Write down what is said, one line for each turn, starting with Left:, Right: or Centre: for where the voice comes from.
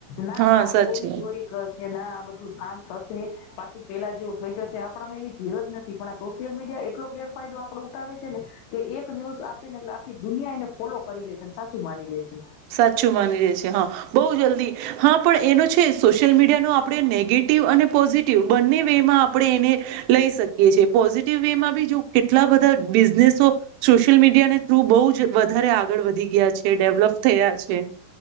Left: ના
Right: હા
Left: રાહ
Right: સાચી
Left: જોવી
Right: વાત
Left: જોઈ કે ના આ બધુ શાંત થશે પાછુ પેલા જેવુ થઈ જશે આપણામાં એવી ધીરજ નથી પણ આ સોશિયલ મીડિયા એટલો ગેરફાયદો આપણો ઉઠાવે છે ને કે એક ન્યૂઝ આપીને એટલે આખી દુનિયા એને ફોલો કરી લે છે સાચું માની લે છે
Right: સાચું માની લે છે હ બહુ જલ્દી હ પણ એનો છે સોશિયલ મીડિયાનો આપણે નેગેટિવ અને પોઝિટિવ બંને વેમાં આપણે એને લઈ શકીએ છીએ પોઝિટિવ વે માં બી જો કેટલા બધા બિઝનેસો સોશિયલ મીડિયાને થ્રુ બહુ જ વધારે આગળ આગળ વધી ગયા છે ડેવલપ થયા છે